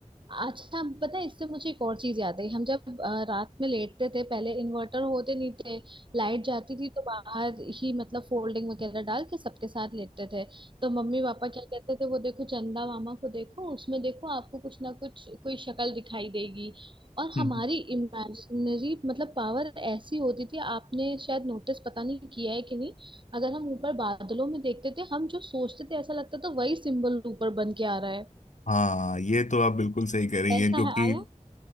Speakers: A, on the right; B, on the left.
A: अच्छा पता है इससे मुझे एक और चीज याद आई हम जब अ, रात में लेटते थे पहले इन्वर्टर होते नहीं थे लाइट जाती थी तो बाहर ही मतलब फोल्डिंग वगैरह डाल के सबके साथ लेटते थे तो मम्मी पापा क्या कहते थे वो देखो चंदा मामा को देखो उसमें देखो आपको कुछ ना कुछ कोई शक्ल दिखाई देगी और
B: जी
A: हमारी इमेजिनरी मतलब पावर ऐसी होती थी आपने शायद नोटिस पता नहीं किया है कि नहीं अगर हम ऊपर बादलों में देखते थे हम जो सोचते थे ऐसा लगता था वही सिंबल ऊपर बन के आ रहा है
B: हाँ ये तो आप बिल्कुल सही कह रही
A: ऐसा
B: हैं क्योंकि
A: है आया